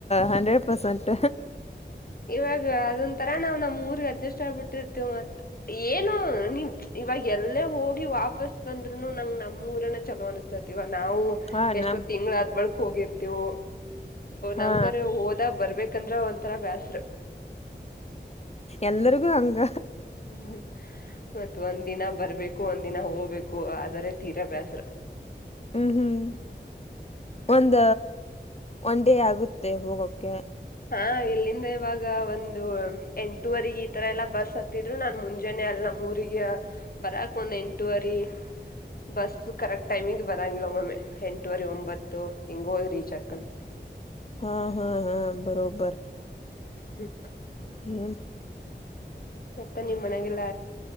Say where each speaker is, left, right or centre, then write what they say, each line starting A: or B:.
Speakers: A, on the left; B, on the left.
A: ಹಂಡ್ರೆಡ್ ಪರ್ಸೆಂಟ್.
B: ಇವಾಗ ಅದೊಂತರ ನಾವವು ನಮ್ ಊರ್ಗ್ ಅಡ್ಜಸ್ಟ್ ಆಗ್ಬಿಟ್ಟಿರ್ತೇವಿ ಮತ್. ಏನು ನೀನ್ ಇವಾಗ ಎಲ್ಲೇ ಹೋಗಿ ವಾಪಸ್ ಬಂದ್ರುನು ನಂಗ ನಮ್ ಊರೇನೇ ಚಲೋ ಅನಿಸ್ತಾ. ನಾವು
A: ಹಾ
B: ಎಷ್ಟೋ
A: ನಮ್
B: ತಿಂಗಳಾ ಆದ್ಮೇಲೆ ಬಳಕ ಹೋಗಿರ್ತಿವು.
A: ಹಾ
B: ನಂಗರ ಹೋದಾಗ ಬರ್ಬೇಕಂದ್ರೆ ಒಂಂತರಾ ಬ್ಯಾಸ
A: ಎಲ್ಲರಿಗೂ ಹಂಗ
B: ಹ್ಮ ಮತ್ ಒಂದ್ ದಿನ ಬರ್ಬೇಕು ಒಂದ ದಿನ ಹೋಗ್ಬೇಕು ಆದರೆ ತೀರಬ್ಯಾಸರ.
A: ಹ್ಮ್ ಹ್ಮ್ ಒಂದ ಒನ್ ಡೇ ಆಗುತ್ತೆ ಹೋಗೋಕೆ.
B: ಹಾ ಇಲ್ಲಿಂದ ಇವಾಗ ಒಂದು ಎಂಟೂವರೆಗೆ ಈತರ ಎಲ್ಲಾ ಬಸ್ ಹತ್ತಿದ. ಆದ್ರು ನಾನ್ ಮುಂಜಾನೆ ಅಲ್ ನಮ್ಮ್ ಊರಿಗೆ ಬರಕ್ ಒಂದ್ ಎಂಟುವರಿ. ಬಸ್ ಕರೆಕ್ಟ್ ಟೈಮಿಂಗ್ ಬರಂಗಿಲ್ಲ ಮಮ್ಮೆ ಎಂಟುವರೆ ಒಂಬತ್ತು ಹಿಂಗೋ ರೀಚ್ ಆಗ್ತದೆ.
A: ಹಾ ಹಾ ಹಾ ಬರೋಬರ
B: ಹ್ಮ್.
A: ಏನ
B: ಮತ್ತ ನಿಮ್ಮ್ ಮನಗೆಲ್ಲ